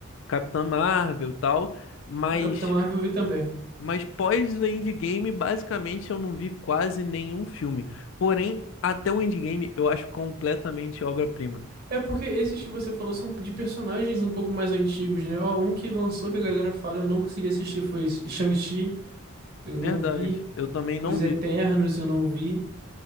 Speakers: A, on the left; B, on the right.
A: Capitã Marvel e tal, mas
B: A Capitã Marvel eu vi também.
A: Mas pós o Endgame, basicamente, eu não vi quase nenhum filme. Porém, até o Endgame eu acho completamente obra-prima.
B: É porque esses que você falou são de personagens um pouco mais antigos, né? Ó, um que lançou que a galera fala, eu não consegui assistir, foi esse Shang-Chi, eu não
A: Verdade,
B: vi.
A: eu também não
B: Os
A: vi.
B: Eternos, eu não vi.